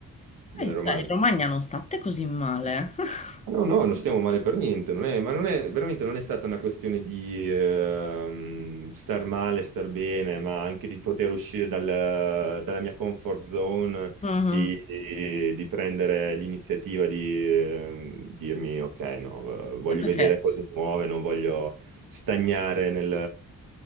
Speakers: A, on the right; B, on the left.
A: della
B: Eh,
A: Romagna.
B: dai, in Romagna non state così male. <laughs>
A: No, no, non stiamo male per niente, non è- ma non è, veramente non è stata una questione di ehm, star male, star bene, ma anche di poter uscire dal- dalla mia comfort zone,
B: Mhm.
A: di, di- di prendere l'iniziativa di ehm, dirmi, ok, no, v- voglio
B: Certo
A: vedere
B: che
A: cose nuove, non voglio stagnare nel,